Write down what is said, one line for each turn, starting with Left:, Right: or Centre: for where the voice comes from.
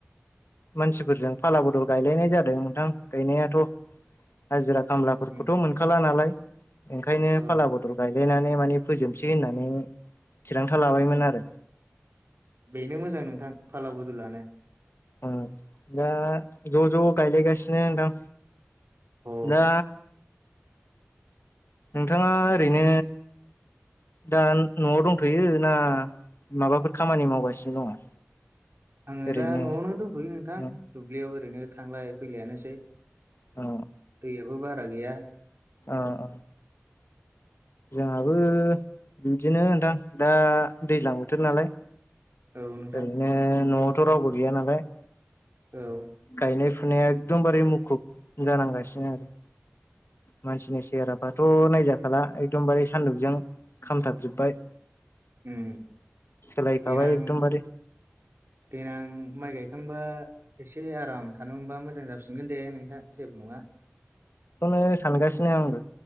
Left: मानसिफोरजों फाला बदल गायलायनाय जादों नोंथां गायनायाथ' हाजिरा खामलाफोरखौथ
Right: उम
Left: मोनखाला नालाय ओंखायनो
Right: औ
Left: फाला बदल गायलायनानै मानि फोजोबनसै होननानै थिरांथा लाबायमोन आरो।
Right: बेनो मोजां नोंथां फाला बुदुलानो।
Left: ओ दा ज' ज' गायलायगासिनो नोंथां।
Right: अ
Left: दा नोंथाङा ओरैनो दा नआव दंथयो ना माबाफोर खामानि मावगासिनो दङ?
Right: आङो
Left: ओरैनो
Right: दा न'आवनो दंथ'यो नोंथां
Left: औ
Right: दुब्लियाव ओरैनो थांलाय फैलायानोसै
Left: औ
Right: दैयाबो बारा गैया।
Left: ओ ओ जोंहाबो बिदिनो नोंथां दा दैज्लां बोथोर नालाय
Right: औ नोंथां
Left: ओरैनो न'आवथ' रावबो गैया नालाय
Right: औ
Left: गायनाय फुनाया एकदमबारे मुखुब जानांगासिनो आरो। मानसिनि सेहेराफ्राथ' नायजाखाला एकदमबारे सानदुंजों खामथाबजोबबाय।
Right: उम
Left: सोलायखाबाय
Right: देनां
Left: एकदमबारे
Right: देनां माइ गाय खांबा एसे आराम थानो मोनबा मोजां जाफिनगोन दे नोंथां जेबो नङा।
Left: खौनो सानगासिनो आंबो